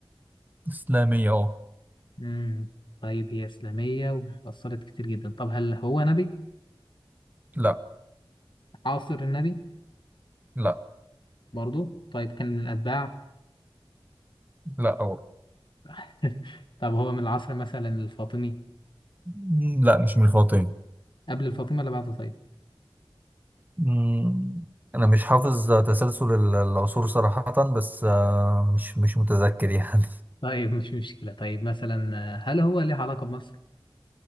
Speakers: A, on the right; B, on the left.
A: إسلامية اه
B: مم. طيب هي إسلامية وأثرت كتير جدا طب هل هو نبي
A: لا
B: عاصر النبي
A: لا
B: برضو طيب كان من الأتباع
A: لا أو.
B: <laughs> طب هو من العصر مثلا الفاطمي
A: مم، لا مش من الفاطمي
B: قبل الفاطمي ولا بعده طيب
A: مم، أنا مش حافظ تسلسل ال- العصور صراحة بس آه مش مش متذكر يعني
B: طيب مش مشكلة طيب مثلا آه، هل هو ليه علاقة بمصر